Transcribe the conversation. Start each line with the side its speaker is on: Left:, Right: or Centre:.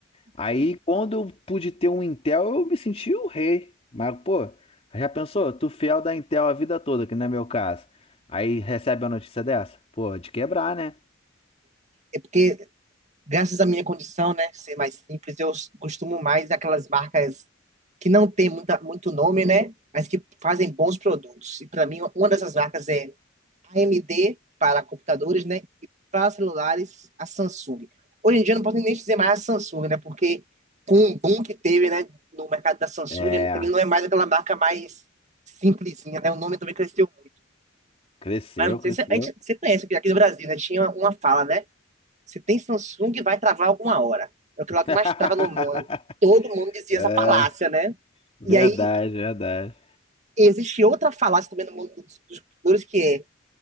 Left: Aí, quando eu pude ter um Intel, eu me senti o rei. Mas, pô, já pensou? Tu fiel da Intel a vida toda, que não é meu caso. Aí recebe a notícia dessa? Pô, de quebrar, né?
Right: É porque graças à minha condição, né, ser mais simples, eu s- costumo mais aquelas marcas que não tem muita, muito nome, né, mas que fazem bons produtos. E para mim, uma dessas marcas é a AMD para computadores, né, e para celulares, a Samsung. Hoje em dia eu não posso nem dizer mais a Samsung, né, porque com o boom que teve, né, no mercado da Samsung,
Left: É,
Right: ele não é mais aquela marca mais simplesinha, né, o nome também cresceu muito.
Left: cresceu,
Right: Mas não sei
Left: cresceu.
Right: se a gente, você conhece, porque aqui no Brasil, né, tinha uma fala, né, se tem Samsung, vai travar alguma hora. É o que
Left: <laughs>
Right: lá que mais trava no mundo. Todo mundo dizia
Left: É,
Right: essa falácia, né?
Left: verdade,
Right: E aí
Left: verdade.
Right: existe outra falácia também no mundo dos, dos computadores que é